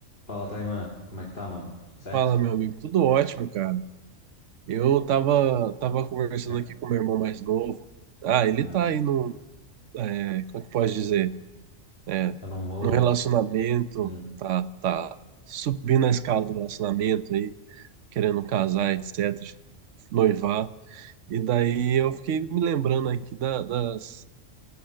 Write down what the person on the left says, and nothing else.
Fala, Taimã. Como é que tá, mano? Tudo certo?
Já.
Ah,
tá num rolo?
Hum.